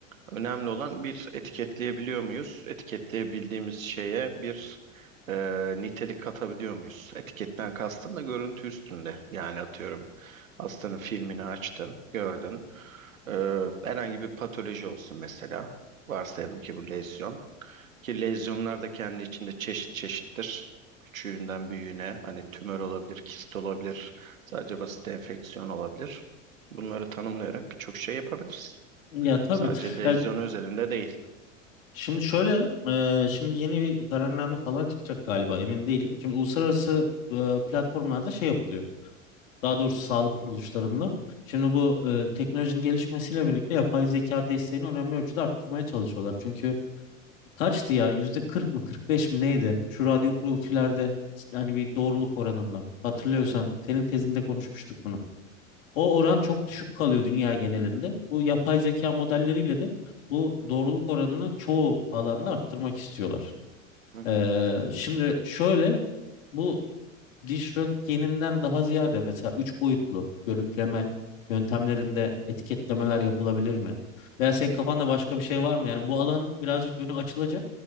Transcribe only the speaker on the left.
Ya tabii.
Ya
Şimdi şöyle, e, şimdi yeni bir kararname falan çıkacak galiba emin değilim. Şimdi uluslararası e, platformlarda şey yapılıyor. Daha doğrusu sağlık kuruluşlarında. Şimdi bu e, teknolojinin gelişmesiyle birlikte yapay zeka desteğini önemli ölçüde arttırmaya çalışıyorlar. Çünkü kaçtı ya yüzde 40 mı 45 mi neydi? Şu radyografilerde hani bir doğruluk oranında. Hatırlıyorsan senin tezinde konuşmuştuk bunu. O oran çok düşük kalıyor dünya genelinde. Bu yapay zeka modelleriyle de bu doğruluk oranını çoğu alanda arttırmak istiyorlar.
Ee, şimdi şöyle bu diş röntgeninden daha ziyade mesela 3 boyutlu görüntüleme yöntemlerinde etiketlemeler yapılabilir mi? Veya senin kafanda başka bir şey var mı? Yani bu alan birazcık önü açılacak.